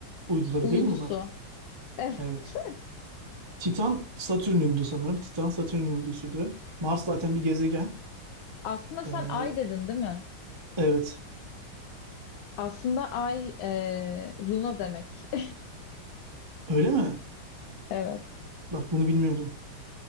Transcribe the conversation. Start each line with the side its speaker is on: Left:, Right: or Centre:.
Right: uyduları
Left: Uydusu.
Right: değil mi bunlar?
Left: Evet.
Right: Evet. Titan Satürn'ündü sanırım. Titan Satürn'ün uydusuydu. Mars zaten bir gezegen.
Left: <laughs> Aslında sen
Right: Ee,
Left: Ay dedin değil mi?
Right: evet.
Left: Aslında Ay e, Luna demek. <laughs>
Right: Öyle mi?
Left: Evet.
Right: Bak bunu bilmiyordum.